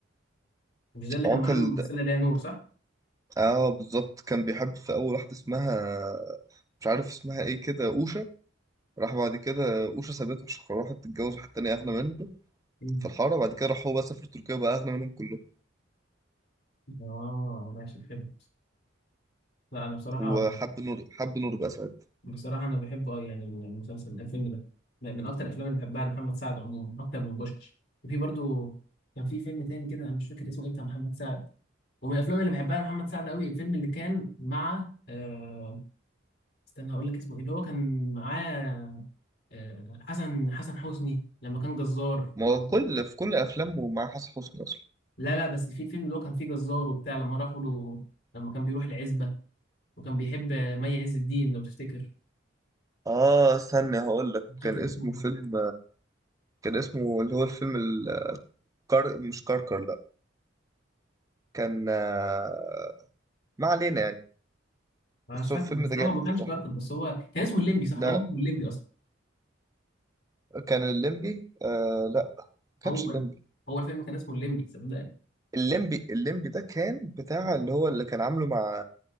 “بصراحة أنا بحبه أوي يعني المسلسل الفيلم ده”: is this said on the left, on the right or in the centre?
Left